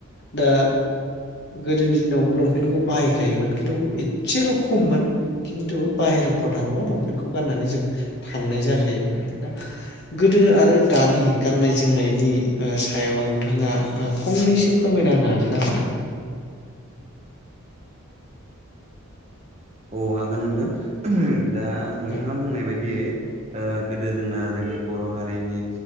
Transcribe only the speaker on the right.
औ हागोन नोंथां <unintelligible> दा नोंथाङा
बुंनाय बायदियै ओ गोदो जोंना जोंनि बर' हारिनि